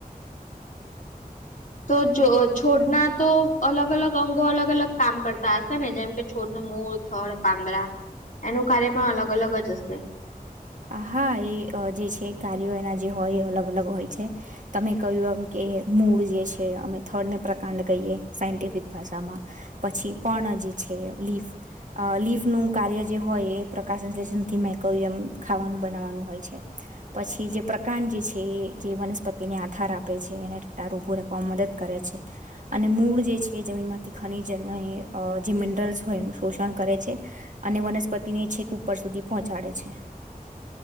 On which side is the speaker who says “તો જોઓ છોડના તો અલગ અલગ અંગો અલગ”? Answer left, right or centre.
Left